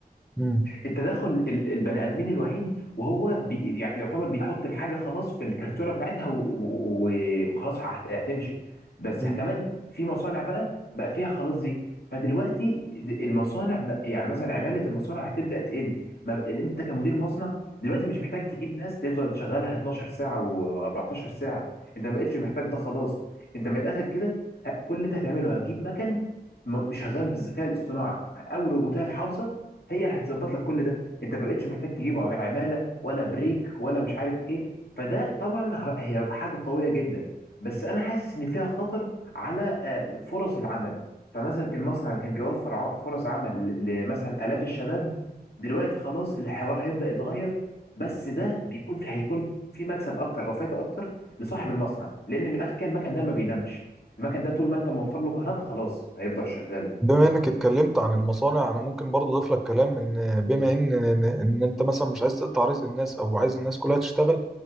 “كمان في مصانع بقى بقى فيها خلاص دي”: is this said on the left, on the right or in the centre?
Left